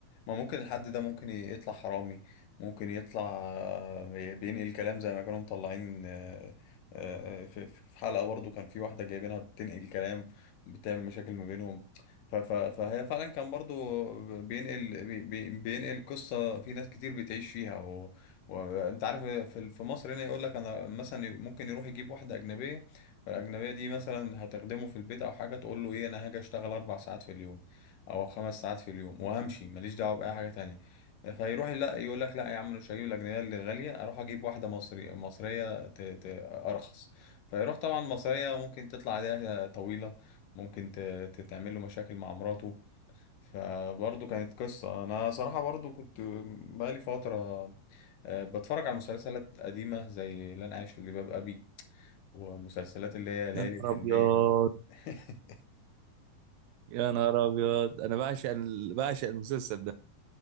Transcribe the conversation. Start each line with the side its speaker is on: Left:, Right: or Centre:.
Left: ما ممكن الحد ده ممكن يطلع حرامي ممكن يطلع آه، بينقل كلام زي ما كانوا مطلعين آه، آه، في في حلقة برضو كان في واحدة جايبينها بتنقل كلام بتعمل مشاكل ما بينهم ف- ف- فهي فعلا كان برضو بينقل بي- بي- بينقل قصة في ناس كتير بتعيش فيها و- وانت عارف في في مصر هنا يقول لك انا مثلا ممكن يروح يجيب واحدة أجنبية فالأجنبية دي مثلا هتخدمه في البيت أو حاجة تقول له إيه أنا هاجي أشتغل أربع ساعات في اليوم او خمس ساعات في اليوم وامشي ماليش دعوه باي حاجه تانية فيروح لا يقول لك لا يا عم أنا مش هجيب الاجنبيه اللي غاليه اروح اجيب واحده مصري مصريه ت... ت... ارخص فيروح طبعا مصريه ممكن تطلع عليها طويله ممكن ت... تتعمل له مشاكل مع مراته فبرضه كانت قصه انا صراحه برضه كنت بقالي فتره آه، بتفرج على مسلسلات قديمه زي اللي انا عايش في جلباب ابي ومسلسلات اللي هي ليالي
Right: يا نهار
Left: الحلميه
Right: ابيض
Left: <laughs>
Right: يا نهار ابيض انا بعشق ال... بعشق المسلسل ده